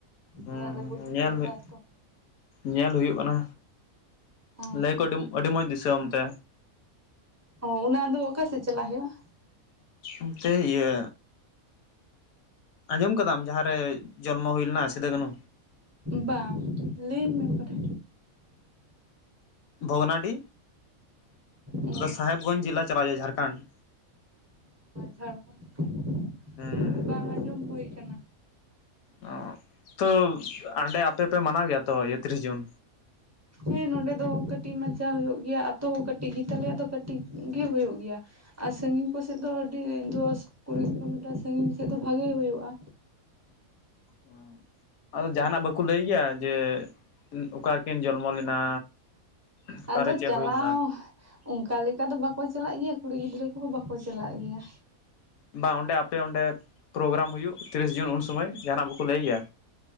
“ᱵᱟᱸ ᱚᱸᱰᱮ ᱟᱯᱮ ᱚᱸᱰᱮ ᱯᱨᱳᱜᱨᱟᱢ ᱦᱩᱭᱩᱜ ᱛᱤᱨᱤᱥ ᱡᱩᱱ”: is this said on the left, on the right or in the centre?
Left